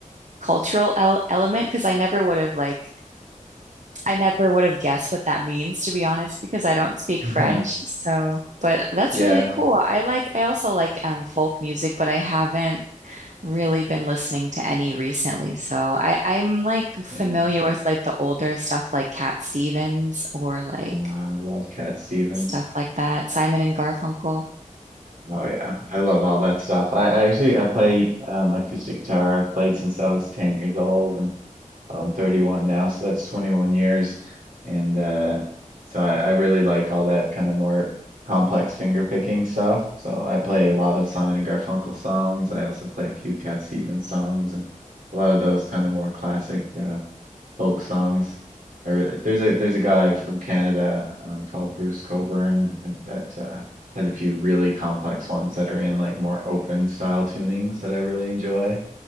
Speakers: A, on the right; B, on the right.
A: cultural el element because I never would have like I never would have guessed what that means to be honest because I don't speak
B: Yeah,
A: French. So, but that's
B: yeah,
A: really cool. I like I also like um, folk music, but I haven't really been listening to any recently. So I, I'm like familiar
B: yeah.
A: with like the older stuff like Cat Stevens or like
B: Nah, I love Cat Stevens.
A: stuff like that, Simon and Garfunkel.
B: Oh yeah, I love all that stuff. I, I actually I play um, acoustic guitar. I've played since I was 10 years old and I'm 31 now, so that's 21 years. And uh, so I, I really like all that kind of more complex finger picking stuff. So I play a lot of Simon and Garfunkel songs. I also play a few Cat Stevens songs and a lot of those kind of more classic uh, folk songs. I really there's a there's a guy from Canada um, called Bruce Coburn that uh, has a few really complex ones that are in like more open style tunings that I really enjoy.